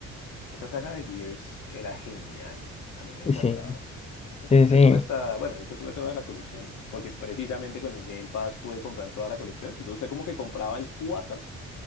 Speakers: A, on the left; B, on the left.
A: Esa saga de Gears era genial. A mí me encantaba.
B: Y Sí,
A: Yo,
B: sí,
A: yo
B: sí.
A: tuve hasta, bueno, de hecho tuve toda la colección, porque precisamente con el Game Pass pude comprar toda la colección. Entonces, usted como que compraba el 4.